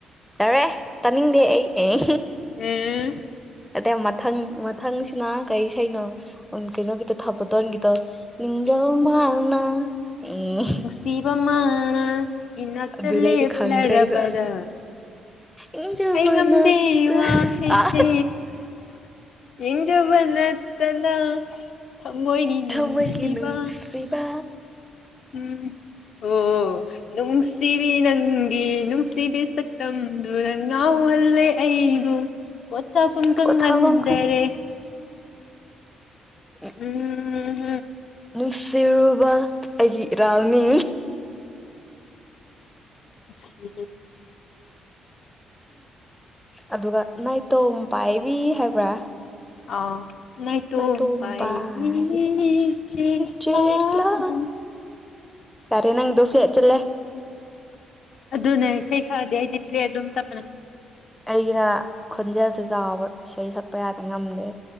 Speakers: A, in the centre; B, on the left (about 60°).
A: ꯌꯥꯔꯦ ꯇꯥꯅꯤꯡꯗꯦ ꯑꯩ
B: ꯎꯝ
A: ꯑꯗ ꯃꯊꯪ ꯊꯪꯁꯤꯅ ꯀꯩ ꯁꯩꯅꯣ ꯀꯩꯅꯣꯒꯤꯗ ꯊꯥꯕꯠꯇꯣꯟꯒꯤꯗꯣ ꯅꯤꯡꯖ ꯃꯥꯜꯅ ꯑꯣ
B: ꯁꯤꯕ ꯃꯥ ꯏꯅꯛꯇ
A: ꯑꯗꯨꯗꯩꯗꯤ
B: ꯂꯩ
A: ꯈꯪꯗ꯭ꯔꯦ
B: ꯄ꯭ꯂꯔꯔꯕꯗ
A: ꯑꯩꯁꯨ ꯅꯤꯡꯖꯧꯕ
B: ꯍꯩ ꯉꯝꯗꯦ
A: ꯅꯠꯇ
B: ꯏ ꯋꯥ ꯍꯁꯦ
A: ꯑ
B: ꯏꯖꯣ ꯅꯠꯇꯅ ꯊꯃꯣꯏꯒꯤ ꯅꯨꯡꯁꯤꯕ
A: ꯊꯃꯣꯏꯒꯤ ꯅꯨꯡꯁꯤꯕ
B: ꯎꯝ ꯑꯣ ꯅꯅꯨꯡꯪꯁꯤꯕꯤ ꯅꯪ ꯒꯤ ꯅꯨꯡꯁꯤꯕꯤ ꯁꯛꯇꯝꯗꯨꯗ ꯉꯥꯎꯍꯜꯂꯦ ꯑꯩꯕꯨ ꯇ ꯐꯪ ꯀꯪ
A: ꯄꯣꯊꯥꯐꯝ
B: ꯉꯟꯗꯦꯔꯦ
A: ꯑ
B: ꯎꯝ
A: ꯅꯨꯡꯁꯤꯔꯨꯕ ꯑꯩꯒꯤ ꯔꯥꯎꯅꯤ
B: ꯁꯤ
A: ꯑꯗꯨꯒ ꯅꯥꯏꯇꯣꯝ ꯄꯥꯏꯕꯤ ꯍꯥꯏꯕ꯭ꯔꯥ
B: ꯑꯥ ꯅꯥꯏꯇꯣꯝ
A: ꯉ ꯇꯣꯝ
B: ꯄꯥꯏꯕꯤ
A: ꯄꯏ
B: ꯆꯦꯛꯂꯥꯒꯨꯝ
A: ꯆꯦ ꯀꯒ ꯀꯔꯤꯦꯅꯥ ꯗꯨꯐꯗ ꯆꯂꯦ
B: ꯑꯗꯨꯅꯦ ꯏꯁꯩ ꯁꯛꯗꯤ ꯑꯩꯗꯤ ꯄꯤ꯭ꯂ ꯑꯗꯨꯝ ꯆꯞꯄꯅꯦ
A: ꯑꯩꯒꯤꯅ ꯈꯣꯟꯖꯦꯜꯁꯦ ꯆꯥꯎꯕ ꯏꯁꯩ ꯁꯛꯄ ꯌꯥꯗ ꯉꯝꯗꯦ